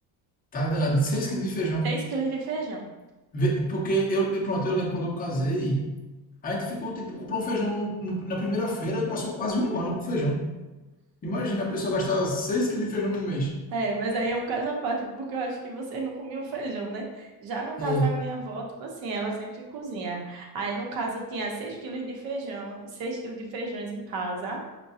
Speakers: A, on the left; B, on the right.
A: Tá danado. Seis quilos de feijão.
B: seis quilos de feijão.
A: Vê- Porque eu, eu- pronto, eu lembro quando eu casei, a gente ficou, tipo, comprou um feijão no- no- na primeira feira e passou quase um ano com feijão. Imagina a pessoa gastar seis quilos de feijão no mês.
B: É, mas aí é um caso à parte, porque eu acho que vocês não comiam feijão, né? Já no caso
A: É.
B: da minha avó, tipo assim, ela sempre cozinha. Aí, no caso, eu tinha 6 quilos de feijão, 6 quilos de feijões em casa.